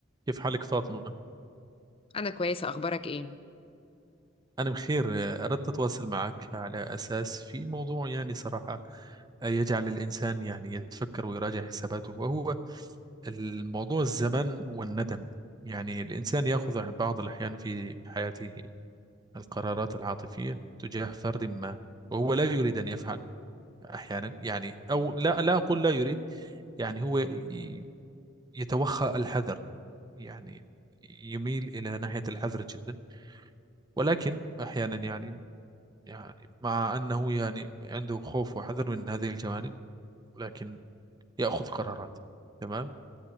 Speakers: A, on the right (about 20°); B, on the left (about 30°).
A: كيف حالك فاطمة؟
B: انا كويسه اخبارك ايه
A: أنا بخير أردت أتواصل معك على أساس في موضوع يعني صراحة يجعل الإنسان يعني يتفكر ويراجع حساباته وهو الموضوع الزمن والندم يعني الإنسان يأخذ بعض الأحيان في حياته القرارات العاطفية تجاه فرد ما وهو لا يريد أن يفعل أحيانا يعني أو لا لا أقول لا يريد يعني هو ي- يتوخى الحذر يعني يميل إلى ناحية الحذر جدا ولكن أحيانا يعني يعني مع أنه يعني عنده خوف وحذر من هذه الجوانب لكن يأخذ قرارات تمام